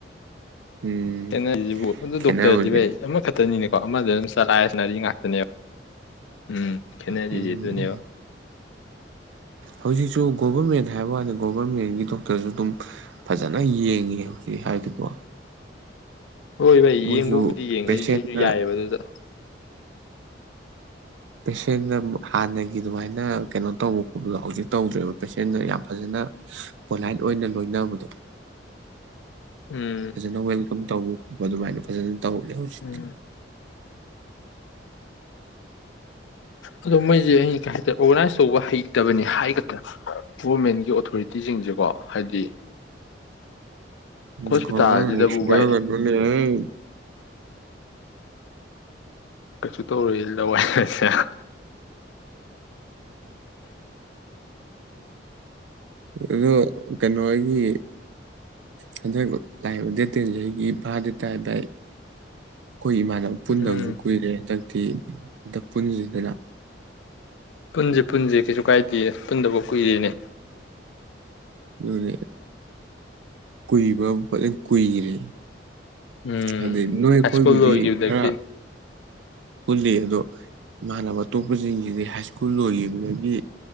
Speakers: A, on the right; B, on the left.
A: ꯎꯝ
B: ꯊꯦꯅꯔꯤꯁꯤꯕꯨ ꯑꯗꯨꯣ
A: ꯈꯦꯠꯅꯕꯁꯦ
B: ꯗꯣꯛꯇꯔꯗꯤ ꯚꯥꯏ ꯑꯃ ꯈꯛꯇꯅꯤꯅꯦ ꯀꯣ ꯑꯃꯗ ꯑꯗꯨꯝ ꯆꯂꯥꯏꯑꯁꯤꯅꯔꯤ ꯉꯥꯛꯇꯅꯦꯕ ꯎꯝ ꯈꯦꯠꯅꯔꯤꯁꯤ
A: ꯎꯝ
B: ꯑꯗꯨꯅꯦꯕ
A: ꯍꯧꯖꯤꯛꯁꯨ ꯒꯣꯚꯔꯃꯦꯟ ꯍꯥꯏꯕ ꯀꯥꯟꯗ ꯒꯣꯚꯔꯃꯦꯟꯒꯤ ꯗꯣꯛꯇꯔꯁꯨ ꯑꯗꯨꯝ ꯐꯖꯅ ꯌꯦꯡꯉꯤ ꯍꯧꯖꯤꯛ ꯍꯥꯏꯗꯤꯀꯣ
B: ꯍꯣꯏ ꯚꯥꯏ
A: ꯃꯣꯏꯁꯨ
B: ꯌꯦꯡꯕꯕꯨꯗꯤ ꯌꯦꯡꯉꯦ
A: ꯄꯦꯁꯦꯟꯅ
B: ꯑꯩꯗꯤ ꯑꯩꯁꯨ ꯌꯥꯏꯑꯕ ꯑꯗꯨꯗ
A: ꯄꯦꯁꯦꯟꯗ ꯍꯥꯟꯅꯒꯤ ꯑꯗꯨꯃꯥꯏꯅ ꯀꯩꯅꯣ ꯇꯧꯕ ꯈꯣꯠꯄꯗꯣ ꯍꯧꯖꯤꯛ ꯇꯧꯗ꯭ꯔꯦꯕ ꯄꯦꯁꯦꯟꯗ ꯌꯥꯝ ꯐꯖꯅ ꯄꯣꯂꯥꯏꯠ ꯑꯣꯏꯅ ꯂꯣꯏꯅꯕꯗꯣ
B: ꯎꯝ
A: ꯐꯖꯅ ꯋꯦꯜꯀꯝ ꯇ ꯑꯗꯨꯃꯥꯏꯅ ꯐꯖꯅ ꯇꯕ ꯍꯧ ꯎꯆꯖꯤ
B: ꯎꯝ ꯑꯗꯣ ꯃꯣꯏꯁꯦ ꯑꯩ ꯀꯩ ꯍꯥꯏꯇꯥꯔꯦ ꯑꯣꯔꯒꯅꯥꯏꯁ ꯇꯧꯕ ꯍꯩꯇꯕꯅꯤ ꯍꯥꯏꯒꯗ꯭ꯔꯥ ꯒꯣꯚꯃꯦꯟꯒꯤ ꯑꯣꯊꯣꯔꯤꯇꯤꯁꯤꯡꯁꯦꯀꯣ ꯍꯥꯏꯗꯤ
A: ꯎ
B: ꯍꯣꯁꯄꯤꯇꯥꯜꯁꯤꯗꯕꯨ
A: ꯀꯣꯁꯤꯗ
B: ꯚꯥꯏ
A: ꯀꯗꯅꯤ
B: ꯀꯩꯁꯨ ꯇꯧꯔꯨ ꯂꯋꯥꯏ ꯑ <inaudible>
A: ꯑꯗꯣ ꯀꯩꯅꯣ ꯑꯩꯒꯤ ꯍꯟꯗꯛ ꯂꯥꯛꯏꯕ ꯗꯦꯠ ꯇꯦꯟꯁꯦ ꯑꯩꯒꯤ ꯚꯥ ꯗꯦ ꯇꯥꯏ ꯚꯏ ꯑꯩꯈꯣꯏ ꯏꯃꯥꯟꯅꯕ ꯄꯨꯟꯗꯕꯁꯨ
B: ꯎꯝ
A: ꯀꯨꯏꯔꯦ ꯍꯟꯗꯛ ꯀꯤ ꯗ ꯄꯨꯟꯁꯤꯗꯅ
B: ꯄꯨꯟꯁꯦ ꯄꯨꯟꯁꯦ ꯀꯩꯁꯨ ꯀꯥꯏꯗꯦ ꯄꯨꯟꯗꯐꯧ ꯀꯨꯏꯔꯦꯅꯦ
A: ꯎꯝ ꯀꯨꯏꯕꯕꯨ ꯐꯖꯅ ꯀꯨꯏꯔꯦ
B: ꯎꯝ
A: ꯍꯥꯏꯗꯤ ꯅꯣꯏ ꯑꯩꯈꯣꯏꯕꯨꯗꯤ
B: ꯍꯥꯏꯁꯀꯨꯜ ꯂꯣꯏꯒꯤꯕꯗꯀꯤ
A: ꯈꯔ ꯄꯨꯜꯂꯤ ꯑꯗꯨꯣ ꯃꯥꯅꯕ ꯑꯇꯣꯞꯄꯖꯤꯡꯁꯤꯗꯤ ꯍꯥꯏ ꯁ꯭ꯀꯨꯜ ꯂꯣꯏꯈꯤꯕꯗꯒꯤ